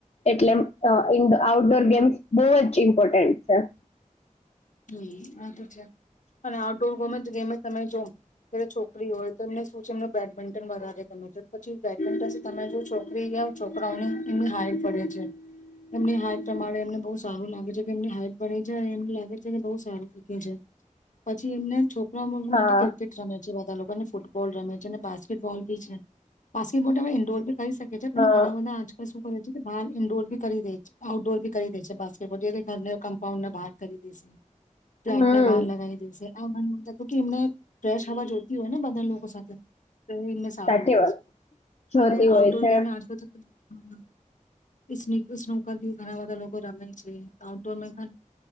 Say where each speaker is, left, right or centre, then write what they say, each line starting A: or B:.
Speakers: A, on the left; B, on the left.
A: એટલેઇ આઉટડોર ગેમ્સ બહુ જ ઇમ્પોર્ટન્ટ અચ્છા
B: હમ આ તો છે અને આઉટડોર ગમે ગેમે તમે જો છોકરી હોય તો એમને શું છે એમ બેડમિન્ટન વધારે ગમે છે પછી બેડમિન્ટન તમે જો છોકરીઓ છોકરાઓની એમની હાઈટ પડે છે એમની હાઈટ પ્રમાણે એમને બહ સારું લાગે છે કે એમની હાઈટ પે છે એમ લાગે જેને બહ સારુંીખ્યું છે પછી એમને છોક
A: હા
B: માટે ક્રિકેટ રમે બધા લોકો ને ફૂટબોલ રમે છે અને બાસ્કેટબોલ બી છે બાસ્ટબોલમાં ઇન્ડોરી કરી શકે છે પણ
A: હા
B: ઘણા બધા આજકાલ શું કરે છે કે બહ ન્ડોરી કરી દે છે આઉટડોર ભી કરી દે છે બાસ્કેટબોલ જે ઘરને કમપાઉન્ડ બાર કરી એ છે ફ્લેટ
A: હમ
B: ના બહાર લગાવી દેશે ભ એમને ફ્રેશ હવા જો હોય ને બધા લોકો સાથે તો એ એમને સારું
A: સાચી
B: રહેે
A: વાત
B: છે
A: જોતી
B: અને આઉટડોર
A: હોય છે
B: ગેમે આજકાલ તો હમ ને તો નોક દ ઘણા બધા લોકો મે છે ટાઉન ટાઉનનુંુકા